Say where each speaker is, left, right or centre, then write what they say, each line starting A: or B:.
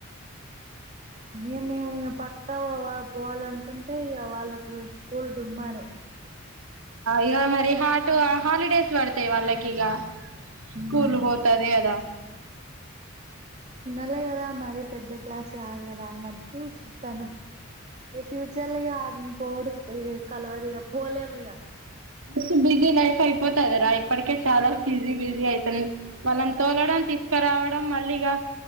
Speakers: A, on the right; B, on the right.
A: ఏమి పక్క వా పోవాలనుకుంటే ఇక వాళ్ళకు స్కూల్ డుమ్మానే
B: ఇక మరి హాటు హాలిడేస్ పడతాయి వాళ్ళకి ఇక స్కూలు
A: ఉమ్
B: పోతద అద
A: అాలే కదా మరి పెద్ద క్లాస్ కాదు కదా అన్నట్టు చ స్తను ఈ ఫ్యూచర్ లో పోడు, ఇగ కల్వడిగ, పోలేమిగా.
B: బస్సు బిజీ లైఫ్ అయిపోతదిరా, ఇప్పటికే చాలా బిజీ బిజీ అయితుంది. వాళ్ళని తోలడం తీసుకరావడం మళ్ళీగా